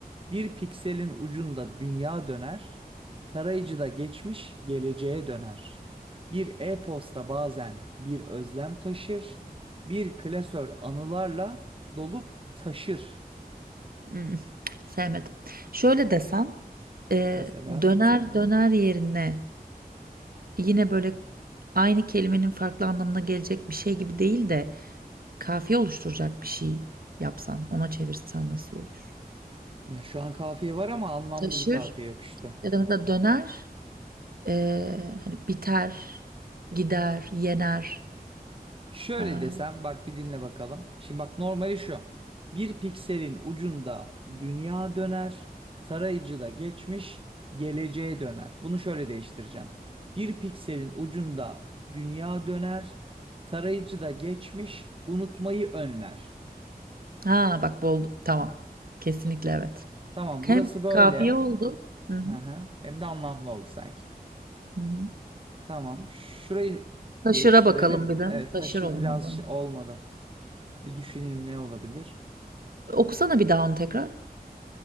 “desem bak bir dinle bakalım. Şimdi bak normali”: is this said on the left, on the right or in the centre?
Right